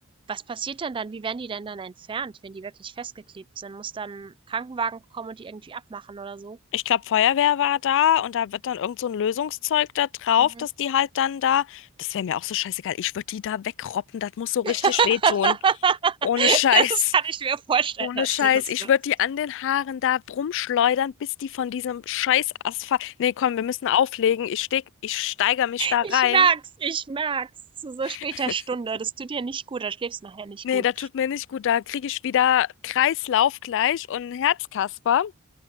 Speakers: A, on the right; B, on the left.
A: Was passiert denn dann? Wie werden die denn dann entfernt, wenn die wirklich festgeklebt sind? Muss dann 'n Krankenwagen kommen und die irgendwie abmachen oder so?
B: Ich glaube, Feuerwehr war da und da wird dann irgend so ein Lösungszeug da drauf,
A: Mhm.
B: dass die halt dann da, das wäre mir auch so scheißegal, ich würde die da wegroppen, das muss so richtig
A: <laughs>
B: wehtun. Ohne Scheiß.
A: Das kann ich mir vorstellen,
B: Ohne
A: dass
B: Scheiß,
A: du das
B: ich
A: machst.
B: würde die an den Haaren da rumschleudern, bis die von diesem scheiß Asphalt. Nee, komm, wir müssen auflegen. Ich steig, ich steigere mich da
A: Ich
B: rein.
A: merk's, ich merk's. Zu so später
B: <laughs>
A: Stunde. Das tut dir nicht gut, da schläfst nachher nicht
B: Nee,
A: gut.
B: da tut mir nicht gut. Da kriege ich wieder Kreislauf gleich und einen Herzkasper.